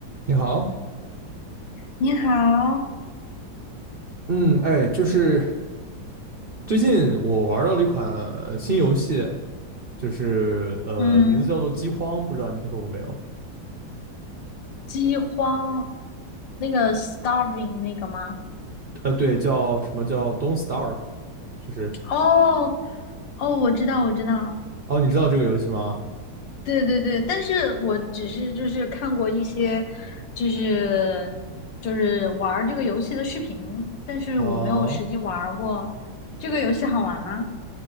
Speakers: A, on the right; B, on the left.
A: 你好，
B: 你好，
A: 嗯，哎，就是最近我玩到了一款新游戏，就是呃，
B: 嗯，
A: 名字叫做《饥荒》，不知道你听说过没有？
B: 饥荒那个 starving 那个吗？
A: 呃，对，叫什么叫 Don't Starve，就是
B: 哦哦，我知道，我知道，
A: 哦，你知道这个游戏吗？
B: 对对对，但是我只是就是看过一些，就是就是玩儿这个游戏的视频，但是我没有实际玩儿过。
A: 啊，
B: 这个游戏好玩吗？